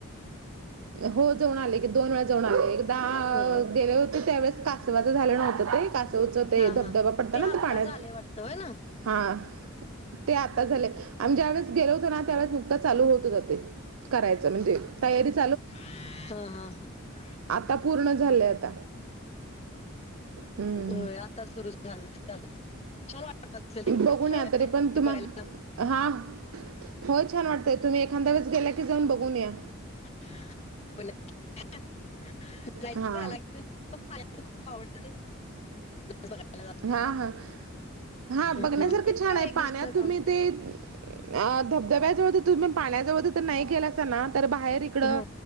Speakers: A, on the right; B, on the left.
A: हो जाऊन आले की, दोन वेळा जाऊन आले. दा
B: ह
A: गेले होते, त्यावेळेस कासवाचं झालं नव्हतं ते कास उचत
B: हा
A: धबधबा
B: हा
A: पडत ना
B: आत्ता
A: ते पाण्यात
B: झालंय वाटतं होय ना
A: हा ते आता झाले, आम्ही ज्या वेळेस गेलो होतो ना त्यावेळेस नुकतं चालू होत जातंय, करायचं म्हणजे तयारीच
B: हा हा ह
A: आता पूर्ण झालंय आता हम्म
B: हो आता सुरु झा छान वाटत असेल
A: बघून
B: त छान
A: या
B: म्हणतात
A: तरी पण
B: ते
A: तुम्हा
B: बघायला
A: हा हो छान वाटतय, तुम्ही एखाद्या वेळेस गेला की जाऊन बघून या
B: ला <inaudible> पाण्या
A: हा
B: खूप आवडत तेे बघायला
A: हा हा हा बघण्यासारखं
B: जातो. ते
A: छान
B: काय
A: आहे
B: एक
A: पाण्यात
B: दिवसाचा
A: तुम्ही ते अ धबधब्याजवळ तुम्ही पाण्याजवळ तर नाही गेला अस ना तर बाहेर इकडं
B: हा